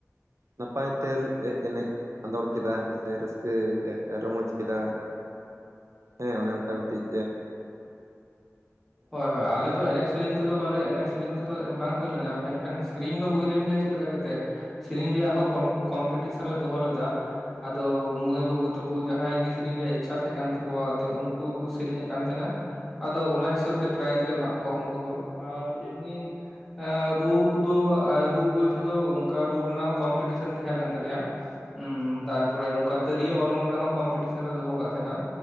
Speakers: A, on the right; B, in the centre.
A: ᱱᱟᱯᱟᱭ ᱛᱮ ᱞᱮ ᱮᱱᱮᱡ ᱟᱸᱫᱳᱲ ᱠᱮᱫᱟ ᱥᱮ ᱨᱟᱹᱥᱠᱟᱹ ᱨᱚᱢᱚᱡᱽ ᱠᱮᱫᱟ, ᱦᱮᱸ ᱚᱱᱮ ᱚᱱᱠᱟ ᱢᱤᱫᱴᱤᱡ
B: ᱦᱚᱭ ᱦᱚᱭ ᱟᱞᱮ ᱫᱚ ᱮᱱᱮᱡ ᱥᱮᱨᱮᱧ ᱠᱚᱫᱚ ᱵᱚᱞᱮ ᱮᱱᱮᱡ ᱥᱮᱨᱮᱧ ᱠᱚᱫᱚ ᱵᱟᱝ ᱦᱩᱭ ᱞᱮᱱᱟ ᱢᱮᱱᱠᱷᱟᱱ ᱥᱮᱨᱮᱧ ᱫᱚ ᱦᱩᱭ ᱞᱮᱱ ᱜᱮᱭᱟ ᱪᱮᱫ ᱞᱮᱠᱟ ᱠᱟᱛᱮᱜ ᱥᱮᱨᱮᱧ ᱨᱮᱭᱟᱜ ᱦᱚᱸᱠᱚᱢ ᱠᱚᱢᱯᱤᱴᱤᱥᱟᱱ ᱞᱮ ᱫᱚᱦᱚ ᱞᱮᱫᱟ᱾ ᱟᱫᱚ ᱢᱟᱹᱭ ᱵᱟ. ᱵᱩ ᱛᱟᱠᱩ ᱡᱟᱦᱟᱭ ᱜᱮ ᱥᱮᱨᱮᱧ ᱨᱮᱭᱟᱜ ᱤᱪᱷᱟ ᱛᱟᱦᱮᱸ ᱠᱟᱱ ᱛᱟᱠᱚᱣᱟ ᱩᱱᱠᱩ ᱜᱮᱠᱚ ᱥᱮᱨᱮᱧᱮᱫ ᱠᱟᱱ ᱛᱟᱦᱮᱸᱱᱟ᱾ ᱟᱫᱚ ᱚᱱᱟ ᱦᱤᱥᱟᱹᱵ ᱛᱮ ᱯᱨᱟᱭᱤᱡᱽ ᱞᱮ ᱮᱢᱟᱜ ᱠᱚᱣᱟ ᱩᱱᱠᱩ ᱦᱚᱸ ᱟᱨ ᱮᱢᱱᱤ ᱮ ᱨᱩ ᱠᱚᱫᱚ ᱨᱩ ᱵᱚᱞᱛᱮ ᱫᱚ ᱚᱱᱠᱟ ᱨᱩ ᱨᱮᱱᱟᱜ ᱦᱚᱸ ᱠᱚᱢᱯᱤᱴᱤᱥᱟᱱ ᱛᱟᱦᱮᱸ ᱞᱮᱱ ᱛᱟᱞᱮᱭᱟ ᱾ ᱦᱩᱸ ᱛᱟᱨᱯᱚᱨᱮ ᱱᱚᱝᱠᱟ ᱛᱤᱨᱤᱭᱳ ᱚᱨᱚᱝ ᱨᱮᱱᱟᱜ ᱦᱚᱸ ᱠᱚᱢ ᱠᱚᱢᱯᱤᱴᱤᱥᱟᱱ ᱞᱮ ᱫᱚᱦᱚ ᱠᱟᱜ ᱛᱟᱦᱮᱱᱟ